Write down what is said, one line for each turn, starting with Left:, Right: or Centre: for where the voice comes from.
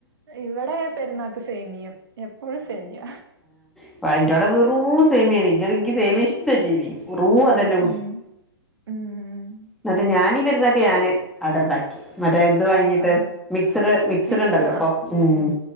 Right: ഇവെടെ പെരുന്നാക്ക് സേമിയം. എപ്പഴും സേമിയ
Centre: അപ്പ അയിന്റോടെ വെറും സേമിയേരുന്നു. ഇങ്ങട്ട് എനിക്ക് സേമിയം ഇഷ്ടല്ലേനി. വെറും
Right: ആഹ്
Centre: അതന്നെ
Right: ഉം ഉം
Centre: എന്നട്ട് ഞാനീ പെരുന്നാക്ക് ഞാന് അടണ്ടാക്കി മറ്റേ ഇത് വാങ്ങിട്ട്
Right: ആഹ് ആഹ്
Centre: മിക്സഡ് മിക്സഡ്ണ്ടല്ലോ
Right: മിക്സ്
Centre: അപ്പൊ
Right: ആഹ്
Centre: ഉം